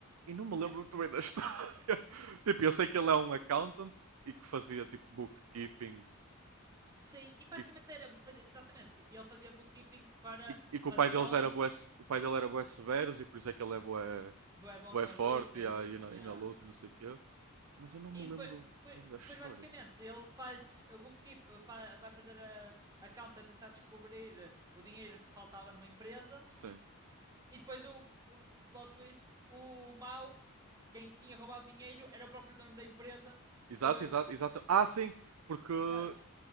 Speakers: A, on the right; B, on the right.
A: E não me
B: A
A: lembro
B: sério?
A: muito
B: Yeah.
A: bem da história. <laughs> Tipo, eu sei que ele é um accountant e que fazia tipo bookkeeping
B: Sim, e basicamente
A: e,
B: era exatamente. Ele fazia bookkeeping para
A: e- e que
B: mafiosos,
A: o pai deles era bué, se- o pai dele era bué severos e por isso é que ele é bué,
B: é bom
A: bué
B: na
A: forte
B: luta, isso,
A: e, a- e na,
B: yeah.
A: e na luta e não sei o quê. Mas eu não me
B: E
A: lembro
B: depois, depois,
A: bem da história.
B: depois, basicamente ele faz a bookkeep, fa- vai fazer a, a conta tentar descobrir o dinheiro que faltava numa empresa
A: Sim.
B: E depois o, o plot twist, o mau, quem tinha roubado dinheiro, era o próprio dono da empresa
A: Exato,
B: que.
A: exato, exato. Ah, sim, porque
B: Exato.